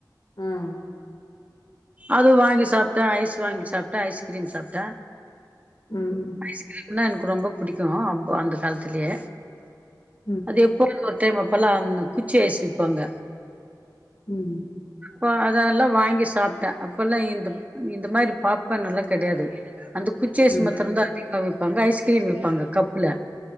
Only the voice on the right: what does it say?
அது வாங்கி சாப்ட ஐஸ் வாங்கி சாப்ட ஐஸ்கிரீம் சாப்ட
ஐஸ்கிரீம்னா எனக்கு ரொம்ப புடிக்கோ அ அந்த காலத்திலயே
அது எப்போ ஒரு டைம் அப்பல்லா அந்த குச்சி ஐஸ் விப்பாங்க
அப்போ அதெல்லா வாங்கி சாப்ட அப்பல்லா இந்த இந்த மாரி பாப்கார்ன் எல்லா கெடையாது அந்த குச்சி ஐஸ்
மாத்திரம் தா அதிகமா விப்பாங்க ஐஸ்கிரீம் விப்பாங்க கப்ல